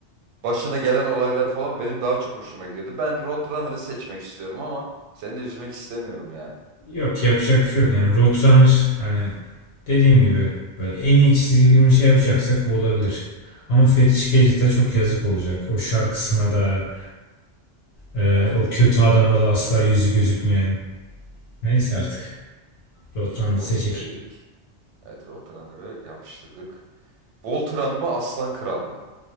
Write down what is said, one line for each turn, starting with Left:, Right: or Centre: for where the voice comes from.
Right: başına gelen olaylar falan benim daha çok hoşuma gidiyordu. Ben Roadrunner'ı seçmek istiyorum ama seni de üzmek istemiyorum yani.
Left: Yok yapacak bir şey yok yani Roadrunner hani dediğim gibi böyle en iyi çizgi filmi şey yapacaksak o olabilir. Ama Fetiş Gadget'a çok yazık olacak. O şarkısına da e,
Right: Evet,
Left: o kötü adama da asla yüzü gözükmeyen. Neyse artık Roadrunner'ı seçecek.
Right: olsun dedik. Evet, Roadrunner'ı yapıştırdık. Voltran mı, Aslan Kral mı?